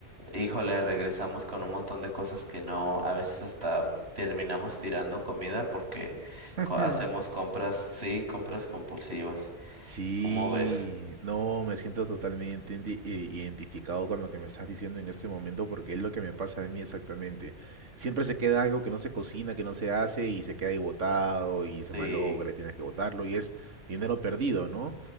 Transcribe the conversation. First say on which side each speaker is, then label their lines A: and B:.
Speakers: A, on the right; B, on the right.
A: Híjole, regresamos con un montón de cosas que no, a veces hasta terminamos tirando comida porque
B: <laughs>
A: co- hacemos compras, sí, compras compulsivas.
B: Sí,
A: ¿Cómo ves?
B: no, me siento totalmente indi- i- identificado con lo que me estás diciendo en este momento porque es lo que me pasa a mí exactamente. Siempre se queda algo que no se cocina, que no se hace y se queda ahí botado y se
A: Sí,
B: malogra y tienes que botarlo y es dinero perdido, ¿no?